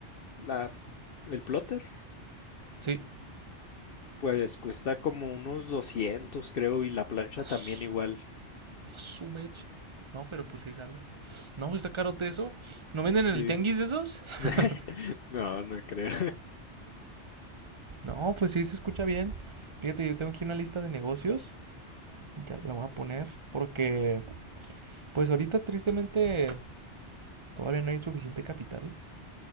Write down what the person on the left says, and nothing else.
La, el plotter,
pues cuesta como unos 200 creo, y la plancha
también igual.
Sí.
<laughs>
No, no creo.